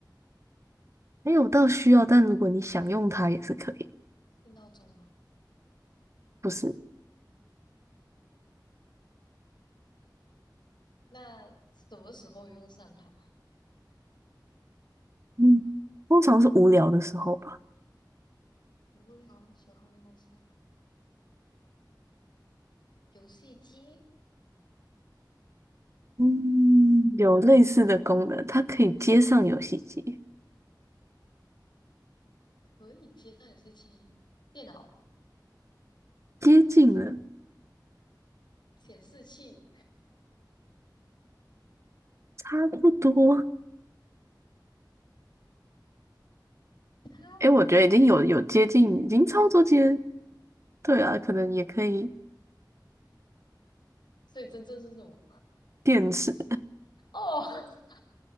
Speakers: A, on the right; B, on the left.
A: 没有到需要，但如果你想用它也是可以。
B: 是闹钟吗？
A: 不是，
B: 那什么时候用上它？
A: 嗯通常是无聊的时候吧。
B: 无聊的时候用上。游戏机
A: 嗯，有类似的功能，它可以接上游戏机，
B: 可以接上游戏机，电脑
A: 接近了，
B: 显示器
A: 差不多。
B: <laughs> 差不多。
A: 诶，我觉得已经有有接近，已经操作接，对啊，可能也可以
B: 所以真正是什么？
A: 电视，
B: 哦，<laughs>